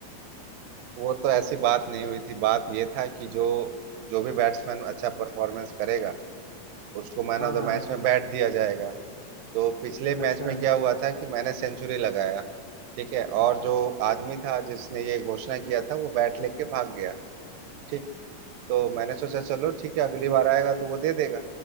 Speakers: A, on the right; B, on the left.
A: वो तो ऐसी बात नहीं हुई थी बात ये था कि जो जो भी बैट्समैन अच्छा परफॉर्मेंस करेगा उसको मैन
B: हाँ
A: ऑफ द
B: हाँ
A: मैच में बैट दिया जाएगा तो पिछले
B: अच्छा
A: मैच में क्या हुआ था कि मैंने सेंचुरी लगाया ठीक है और जो आदमी था जिसने ये घोषणा किया था वो बैट लेके भाग गया ठीक तो मैंने सोचा चलो ठीक है अगली बार आएगा तो वो दे देगा